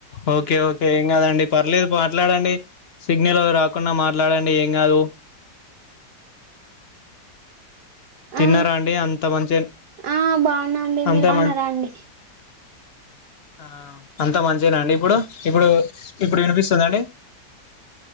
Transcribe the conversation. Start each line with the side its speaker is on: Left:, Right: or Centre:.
Left: ఓకే ఓకే ఏం కదండి పర్లేదు మాట్లాడండి సిగ్నల్ రాకుండా మాట్లాడండి ఏం కాదు తిన్నారా
Right: ఆ
Left: అండి అంత మంచి
Right: ఆ బాగున్నా అండి
Left: అంత
Right: మీరు బాగున్నారా
Left: మంచి
Right: అండి
Left: ఆ అంత మంచిగానండి ఇప్పుడు ఇప్పుడు ఇప్పుడు వినిపిస్తుందండి